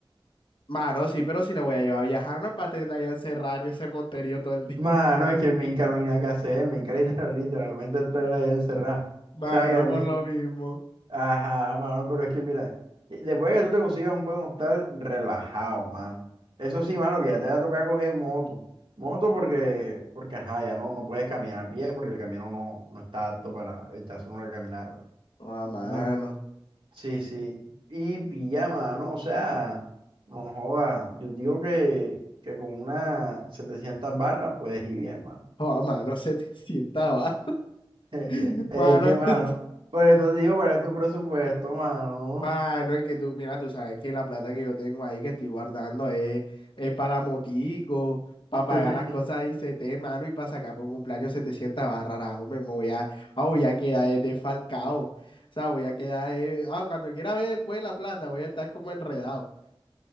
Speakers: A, on the left (about 65°); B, on the right (about 65°).
A: Mano, sí, pero si la voy a llevar a viajar, no es para tenerla allá encerrada en ese monterío todo el día.
B: Mano, es que en Minca no hay nada que hacer, en Minca <laughs> literal- literalmente estoy allá encerrado.
A: <laughs>
B: O
A: Mano,
B: sea, mira,
A: por lo mismo.
B: Ajá, mano, pero es que mira, y- después de que tú te consigas un buen hostal, relajado, mano. Eso sí, mano, que ya te va a tocar coger moto. Moto porque, porque ajá, ya no, no puedes caminar a pie porque el camino no, no está apto para el caso solo la caminata.
A: Oh, mano.
B: No, sí, sí. Y pijama, ¿no? O sea, no joda. Yo digo que, que con una 700 barras puedes ir bien, mano.
A: Oh, mano, <laughs> se te sienta, va.
B: <laughs>
A: <laughs>
B: Es
A: Mano,
B: que, mano,
A: <laughs>
B: por eso te digo, ¿cuál es tu presupuesto, mano?
A: Mano, es que tú, mira, tú sabes que la plata que yo tengo ahí que estoy guardando es, es para la motico, para
B: <laughs>
A: pagar las cosas de ICT, mano, y para sacar por un cumpleaños 700 barras, rajo, me me voy a, ah, voy a quedar eh, desfalcado, o sea, voy a quedar, eh, ah, cuando quiera ver después la plata, voy a estar como enredado.